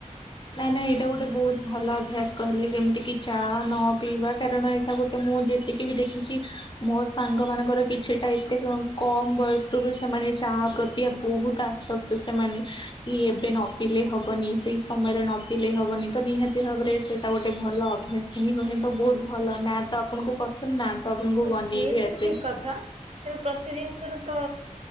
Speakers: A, on the left; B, on the right.
A: ନାଇଁ ନାଇଁ ଏଇଟା ଗୋଟେ ବହୁତ ଭଲ ଅଭ୍ୟାସ। କହିଲେ ଯେମିତିକି ଚା ନ ପିଇବା କାରଣ ଏଇଟା ଗୋଟେ ମୁଁ ଯେତିକି ବି ଦେଖିଛି କି ମୋ ସାଙ୍ଗ ମାନଙ୍କର କିଛିଟା ଏତେ କମ ବୟସ ସେମାନେ ଚାହା ପ୍ରତିଆ ବହୁତ ଆସକ୍ତି ସେମାନେ କି ଏବେ ନ ପିିଲଲେ ହବନି ସେଇ ସମୟରେ ନ ପିଲେଇ ହବନି ତ ନିହାତି ଭାବରେ ସେ ତା ଗୋଟେ ଭଲ ଅଭ୍ୟାସ ହିଁ ନୁହେଁ ତ ବହୁତ ଭଲ ନା ତ ଆପଣଙ୍କୁ ପସନ୍ଦ ନା ତ ଆପଣଙ୍କୁ
B: ହଁ ସେଏ
A: ବନେଇ ବି
B: ତ
A: ଆସେ
B: ଠିକ କଥା କିନ୍ତୁ ପ୍ରତି ଜିନିଷରେ ତ